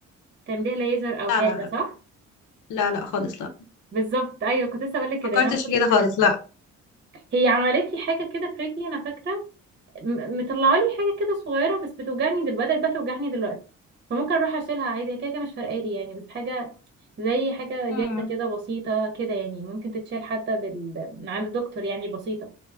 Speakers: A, on the right; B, on the left.
A: تمليه ليزر او
B: لا
A: حاجه
B: لا لا
A: صح
B: لا لا خالص لا
A: بالظبط ايوه كنت لسه اقول لك كده
B: فكرتش
A: يعني انا
B: في كده خالص لا
A: هي عملت لي حاجه كده في رجلي انا فاكره م- مطلعه لي حاجه كده صغيره بس بتوجعني دل... بدات بقى توجعني دلوقتي فممكن اروح اشيلها عادي هي كده كده مش فارقالي يعني بس حاجه زي حاجه جلده
B: مم.
A: كده بسيطه كده يعني ممكن تتشال حتى بال... من عند دكتور يعني بسيطه